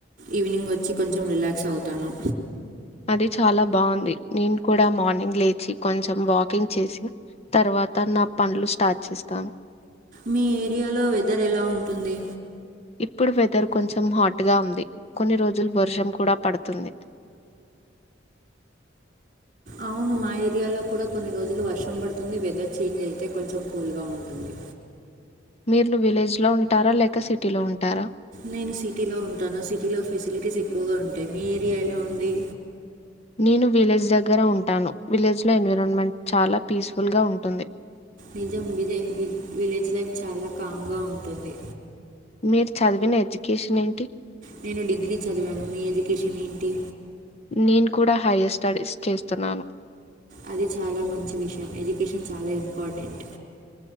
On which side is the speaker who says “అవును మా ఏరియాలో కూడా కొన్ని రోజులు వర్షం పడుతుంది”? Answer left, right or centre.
Right